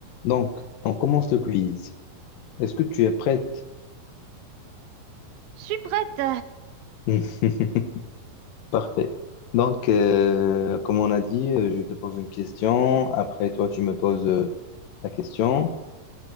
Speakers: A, on the left (about 75°); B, on the right (about 80°).
A: Donc, on commence le quiz. Est-ce que tu es prête?
B: Je suis prête.
A: <laughs> Parfait. Donc, euh, comme on a dit, euh, je te pose une question. Après, toi, tu me poses euh, ta question.